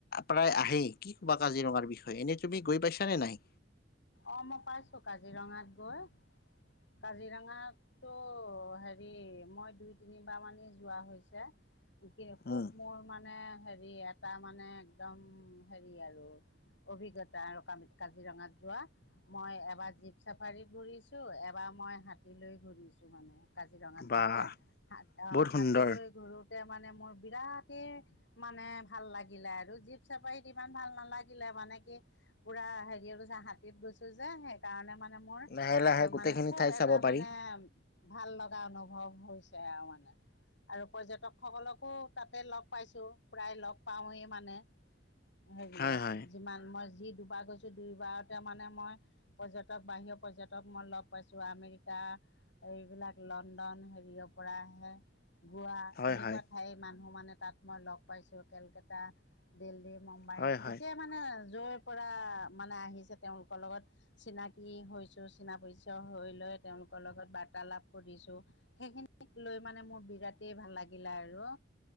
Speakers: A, on the left; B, on the left.
A: প্ৰায় আহেই, কি ক'বা কাজিৰঙাৰ বিষয়ে, এনেই তুমি গৈ পাইছা নে নাই?
B: অ', মই পাইছো কাজিৰঙাত গৈ। কাজিৰঙাত ত' হেৰি মই দুই তিনিবাৰ মানে যোৱা হৈছে। খুব
A: উম
B: মোৰ মানে হেৰি এটা মানে একদম হেৰি আৰু। অভিজ্ঞতা আৰু ক-কাজিৰঙাত যোৱা। মই এবাৰ জীপ চাফাৰীত ঘূৰিছোঁ, এবাৰ মই হাতীলৈ ঘূৰিছোঁ মানে কাজিৰঙাত
A: বা
B: যাওঁতে। হাত অঁ,
A: বহুত সুন্দৰ
B: হাতীলৈ ঘূৰোঁতে মানে মোৰ বিৰাটেই মানে ভাল লাগিলে আৰু, জীপ চাপাৰীত ইমান ভাল নালাগিলে মানে কি পুৰা <unintelligible> হাতীত গৈছোঁ যে, সেইকাৰণে মানে মোৰ
A: লাহে লাহে গোটেইখিনি
B: মানে খুব
A: ঠাই
B: এটা
A: চাব পাৰি
B: মানে ভাল লগা অনুভৱ হৈছে আৰু মানে। আৰু পৰ্যটক সকলকো তাতে লগ পাইছো, প্ৰায় লগ পাওঁৱেই মানে। হেৰিয়ত,
A: হয় হয়
B: যিমান মই যি দুবাৰ গৈছো, দুইবাৰত তে মানে মই পৰ্যটক, বাহিৰৰ পৰ্যটক মই লগ পাইছোঁ, আমেৰিকা আৰু এইবিলাক লণ্ডন, হেৰিয়ৰ পৰা আহে গোৱা,
A: হয়
B: এনেকুৱা
A: হয়
B: ঠাইৰ মানুহ মানে তাত মই লগ পাইছোঁ। কেলকেতা দিল্লী, মুম্বাই
A: হয় হয়
B: গোটেই মানে য'ৰ পৰা মানে আহিছে, তেওঁলোকৰ লগত চিনাকি হৈছোঁ, চিনা-পৰিচয় হৈ লৈ তেওঁলোকৰ লগত বাৰ্তালাপ কৰিছোঁ। সেইখিনিক লৈ মানে মোৰ বিৰাটেই ভাল লাগিলে আৰু।